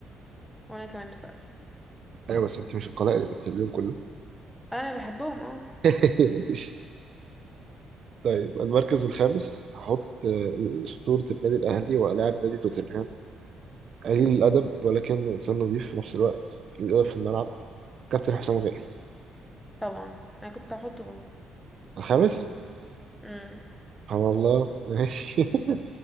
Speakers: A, in the centre; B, on the right.
A: وانا كمان بصراحة
B: ايوه بس انت مش القلائل اللي بتحبيهم كلهم
A: انا بحبهم اه
B: <laughs> طيب المركز الخامس هحط آه، أسطورة النادي الأهلي ولاعب نادي توتنهام قليل الأدب ولكنه إنسان نظيف في نفس الوقت قليل الأدب في الملعب كابتن حسام غالي
A: طبعا انا كنت هحطه برضه
B: الخامس
A: امم
B: سبحان الله ماشي <laughs>